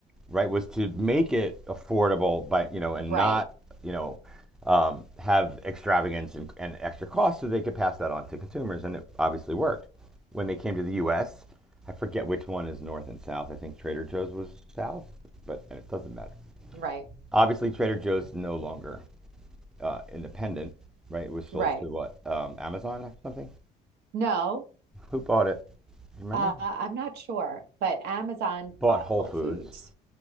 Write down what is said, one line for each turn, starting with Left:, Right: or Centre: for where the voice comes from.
Centre: right? Was to make it affordable by you know and
Right: right,
Centre: not you know um, have extravagance and, and extra costs so they could pass that on to consumers, and it obviously worked. When they came to the U.S., I forget which one is north and south. I think Trader Joe's was south, but it doesn't matter.
Right: right,
Centre: Obviously, Trader Joe's no longer uh, independent, right? It was sold
Right: right.
Centre: to what? Um, Amazon or something?
Right: No,
Centre: Who bought it? Do you remember?
Right: uh, I'm not sure, but Amazon
Centre: Bought
Right: bought
Centre: Whole
Right: Whole
Centre: Foods.
Right: Foods.